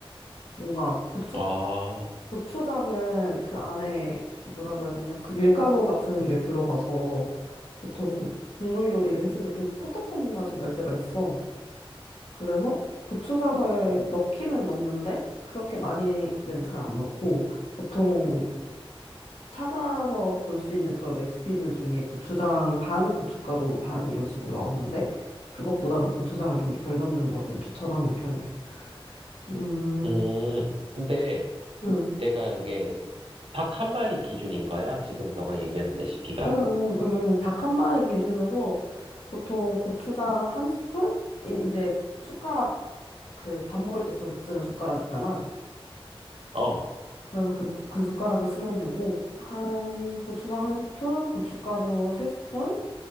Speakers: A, on the left (about 75°); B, on the right (about 65°).
A: 뭔가 고추,
B: 아,
A: 고추장은 그 안에 뭐라고 해야 되냐. 그 밀가루 같은 게 들어가서 보통 국- 국물 요리를 했을 때 좀 텁텁한 맛이 날 때가 있어. 그래서 고추장을 넣기는 넣는데 그렇게 많이는 잘 안 넣고 보통 찾아서 볼 수 있는 그런 레시피들 중에 고추장 반, 고춧가루 반 이런 식으로 나오는데 그것보다는 고추장을 좀 덜 넣는 거를 추천하는 편이야. 음,
B: 음, 근데
A: 음,
B: 내가 이게 닭 한 마리 기준인 거야? 지금 너가 얘기하는 레시피가?
A: 음, 음, 음. 닭 한 마리 기준으로 보통 고추장 한 스푼? 이- 이제 숟가락 그 밥 먹을 때 쓰, 쓰는 숟가락 있잖아.
B: 어,
A: 그래서 그, 그 숟가락을 쓰면 되고, 한, 고추장 한 스푼, 고춧가루 세 스푼,